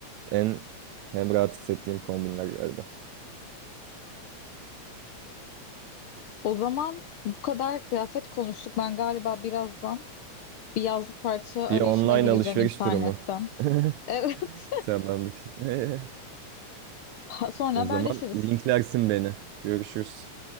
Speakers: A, on the right; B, on the left.
A: En hem rahat hissettiğim kombinler galiba.
B: o zaman bu kadar kıyafet konuştuk. Ben galiba birazdan bir yazlık parça arayışına
A: Bir online
B: gireceğim
A: alışveriş
B: internetten.
A: durumu. <laughs>
B: Evet.
A: Tamamdır. <laughs>
B: <laughs> Sonra
A: O
B: haberleşiriz.
A: zaman linklersin beni. Görüşürüz.